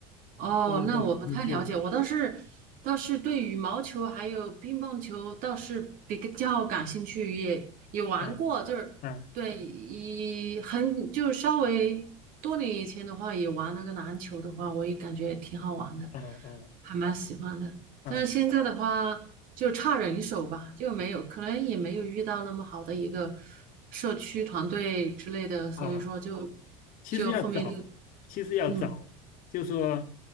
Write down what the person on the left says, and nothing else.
现在都有皮克球
啊
啊
哦哦
啊
啊。其实要找，
其实要找，
就说